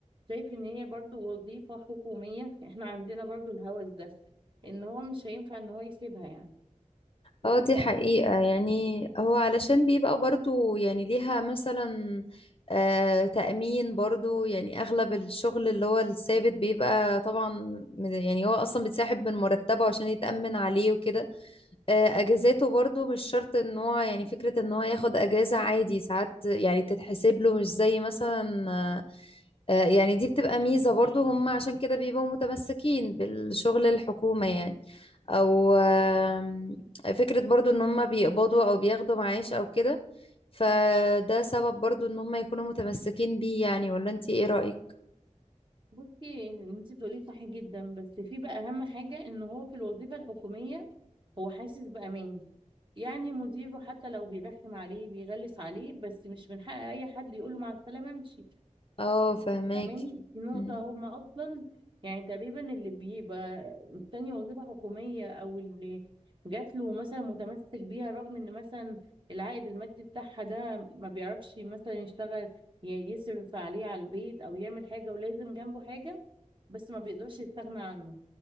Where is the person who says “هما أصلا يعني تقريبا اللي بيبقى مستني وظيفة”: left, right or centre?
Right